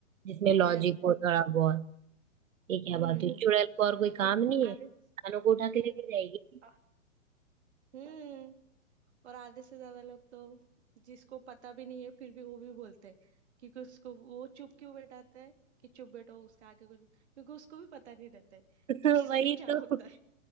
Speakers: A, on the right; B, on the right.
A: जिसमें लॉजिक
B: यस
A: हो थोड़ा बहुत ये क्या
B: हम्म
A: बात हुई चुड़ैल को और कोई काम
B: और
A: नहीं है
B: आधे
A: इंसानों को उठा के लेके जाएगी
B: अ- हम्म और आधे से ज्यादा लोग तो जिसको पता भी नहीं है फिर भी वो भी बोलते हैं क्योंकि उसको वो चुप क्यों बैठाते हैं कि चुप बैठो उसके आगे कुछ क्योंकि उसको भी पता नहीं रहता है
A: <laughs>
B: कि इससे
A: वही
B: क्या
A: तो
B: होता है